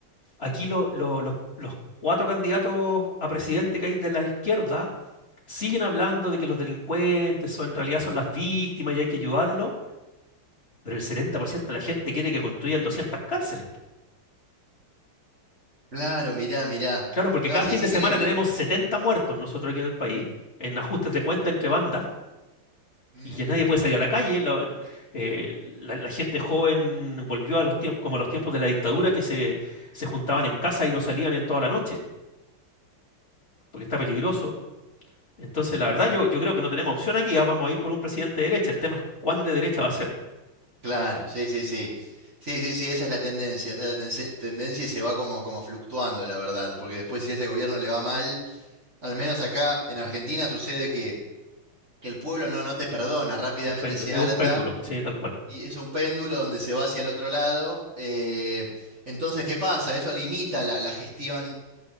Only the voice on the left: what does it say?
Aquí lo- lo- los, los cuatro candidatos a presidente que hay de la izquierda siguen hablando de que los delincuentes son, en realidad son las víctimas y hay que ayudarlos, Pero el 70% de la gente quiere que construyan 200 cárceles. po.
Claro, porque
cada
fin
de
semana tenemos 70 muertos nosotros aquí en el país, en ajustes de cuenta entre bandas,
y ya nadie puede salir a la calle. La, eh, la- la gente joven volvió a los tiempos, como a los tiempos de la dictadura, que se, se juntaban en casa y no salían en toda la noche, porque está peligroso. Entonces, la verdad, yo, yo creo que no tenemos opción aquí. ah, vamos a ir por un presidente de derecha. El tema es cuán de derecha va a ser.
Es un péndulo,
es
un péndulo, sí, tal cual.